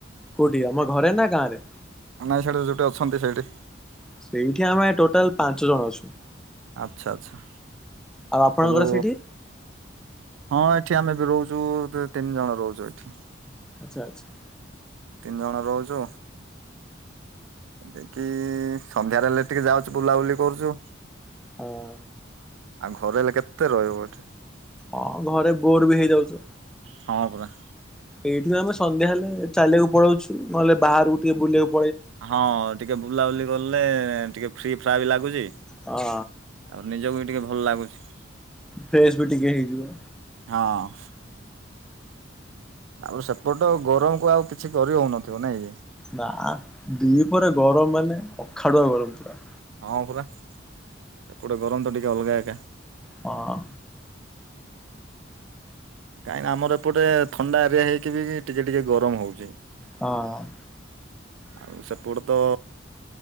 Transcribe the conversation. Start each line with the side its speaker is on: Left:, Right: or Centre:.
Centre: କୋଉଠି ଆମ ଘରେ ନା ଗାଁରେ?
Right: ନାଇଁ ସେଇଠି ଯୋଠି ଅଛନ୍ତି ସେଇଠି।
Centre: ସେଇଠି ଆମେ ଟୋଟାଲ ପାଞ୍ଚ ଜଣ ଅଛୁ।
Right: ଆଚ୍ଛା ଆଚ୍ଛା।
Centre: ଆଉ ଆପଣଙ୍କର
Right: ସବୁ
Centre: ସେଠି?
Right: ହଁ ଏଠି ଆମେ ବି ରହୁଚୁ ତି-ତିନି ଜଣ ରହୁଚୁ ଏଠି।
Centre: ଆଚ୍ଛା ଆଚ୍ଛା।
Right: ତିନି ଜଣ ରହୁଚୁ। ଦେକି ସନ୍ଧ୍ୟାରେ ହେଲେ ଟିକେ ଯାଉଚୁ ବୁଲାବୁଲି କରୁଚୁ।
Centre: ହଁ।
Right: ଆଉ ଘରେ ହେଲେ କେତେ ରହିବ ଏଠି।
Centre: ହଁ ଘରେ ବୋର ବି ହେଇଯାଉଚ।
Right: ହଁ ପୁରା।
Centre: ଏଇଠି ବି ଆମେ ସନ୍ଧ୍ୟା ହେଲେ ଚାଲିଆକୁ ପଳଉଚୁ ନହେଲେ ବାହାରକୁ ଟିକେ ବୁଲିଆକ
Right: ହଁ ଟିକେ ବୁଲାବୁଲି କଲେ ଟିକେ ଫ୍ରି ଫ୍ରା ବି ଲାଗୁଚି।
Centre: ହଁ
Right: ଆଉ ନିଜକୁ ବି ଟିକେ ଭଲ ଲାଗୁଛି।
Centre: ଫ୍ରେଶ ବି ଟିକେ ହେଇଯିବ।
Right: ହଁ। ତା ପରେ ସେପଟ ଗରମକୁ ଆଉ କିଛି କରି ହଉନଥିବ ନାଇଁ?
Centre: ନା ଦି ପହରେ ଗରମ ମାନେ ଅଖାଡୁଆ ଗରମ ପୁରା।
Right: ହଁ ପରା ସେପଟେ ଗରମ ତ ଟିକେ ଅଲଗା ଏକା।
Centre: ହଁ।
Right: କାହିଁ ନା ଆମର ଏପଟେ ଥଣ୍ଡା ଏରିଆ ହେଇକି ବି ଟିକେ ଟିକେ ଗରମ ହଉଚି।
Centre: ହଁ
Right: ଆଉ ସେପଟେ ତ